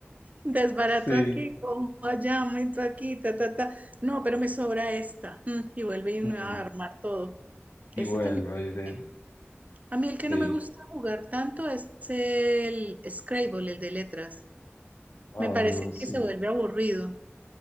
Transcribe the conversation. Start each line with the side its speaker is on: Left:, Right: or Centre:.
Right: Desbarato
Left: sí,
Right: aquí, como allá, aumento aquí, ta, ta, ta. No, pero me sobra esta. Mm, Y vuelve y
Left: mm,
Right: me va a armar todo.
Left: y
Right: Ese
Left: vuelvo
Right: también. es
Left: y ver,
Right: bueno. A mí el
Left: sí,
Right: que no me gusta jugar tanto es el Scrabble, el de letras.
Left: ah,
Right: Me parece
Left: no, sí,
Right: que se vuelve aburrido.